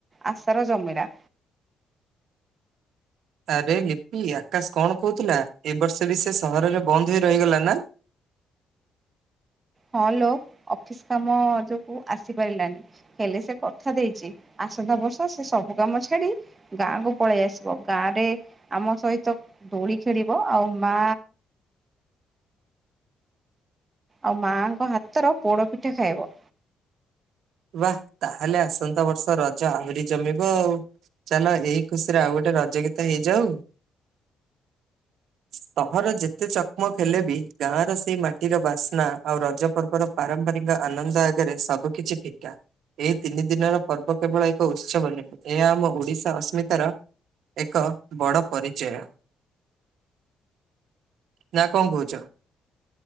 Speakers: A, on the right; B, on the right.
A: ଆଶାର ଜମିରା।
B: ଆରେ ଲିପି ଆକାଶ କଣ କହୁଥିଲା ଏ ବର୍ଷ ବି ସେ ସହରରେ ବନ୍ଦ ହେ ରହିଗଲା ନା।
A: ହଁ ଲୋ ଅଫିସ କାମ ଯୋଗୁଁ ଆସିପାରିଲାନି। ହେଲେ ସେ କଥା ଦେଇଛି ଆସନ୍ତା ବର୍ଷ ସେ ସବୁ କାମ ଛାଡି ଗାଁକୁୁ ପଳେଇ ଆସିବ ଗାଁ ରେ ଆମ ସହିତ ଦୋଳି ଖେଳିବ ଆଉ ମା ଆଉ ମାଆଙ୍କ ହାତର ପୋଡପିଠା ଖାଇବ।
B: ବା ତାହେଲେ ଆସନ୍ତା ବର୍ଷ ରଜ ଆହୁରି ଜମିବ ଆଉ। ଚାଲ ଏଇ ଖୁସିରେ ଆଉ ଗୋଟେ ରଜ ଗୀତ ହେଇଯାଉ। ସହର ଯେତେ ଚକମକ ହେଲେ ବି ଗାଁ ର ସେଇ ମାଟିର ବାସ୍ନା ଆଉ ରଜ ପର୍ବର ପାରମ୍ପରିକ ଆନନ୍ଦ ଆଗରେ ସବୁ କିିଛି ଫି କା ଏଇ ତିନି ଦିନର ପର୍ବ କେବଳ ଏକ ଉତ୍ସବ ନୁହେଁ ଏହା ଆମ ଓଡିଶା ଅସ୍ମିତାର ଏକ ବଡ଼ ପରିଚୟ। ନା କଣ କହୁଛ?